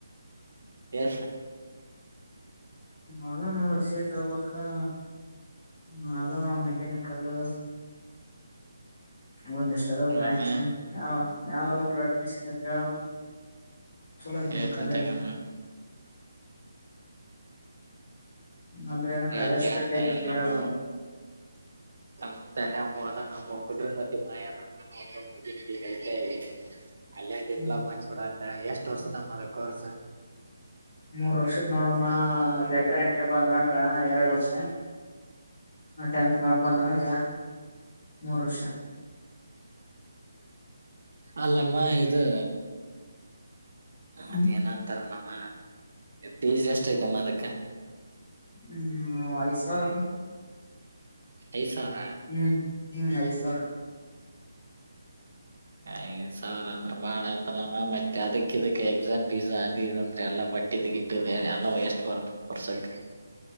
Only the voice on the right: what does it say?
ಎಷ
ಅಲ್ಲಮ್ಮ
ಏ ತಿಂತಾಯಾಮ.
ಹೇಳ್ತೀನಿ
ಹೇಳ್ತ
ನಮ್ಮ
ನಮ್ ತಲೆ <unintelligible> <unintelligible>
ಎಷ್ಟು ವರ್ಷದಮ್ಮ ಅದು ಕೋರ್ಸು?
ಹ
<inaudible>
ಅಲ್ಲೆಲ್ಲ ಇದು
ಅದೇನ ಅಂತಾರಲ್ಲಮ್ಮ ಫೀಸ್ ಎಷ್ಟ ಅಯ್ತಮ್ಮ ಅದಕ್ಕ?
ಐದ್ ಸಾವ್ರ.
ಐದ್ ಸಾವಿರ ಅಂದ್ರ ಬಾಳ ಆತಲಮ್ಮ ಮತ್ತೆ ಅದಕ್ ಇದಕ್ಕೆ ಎಕ್ಸಾಮ್ ಫೀಸ್ ಅದು ಇದು ಅಂತ ಎಲ್ಲಾ ಬಟ್ಟಿದ ಇಟ್ಟಿದೆ ಆಲ್ಲಲ ಎಷ್ಟ್ ಬರ್ತದೆ ಪರ್ಸೆಂಟು ವರ್ಷಕ್ಕೆ.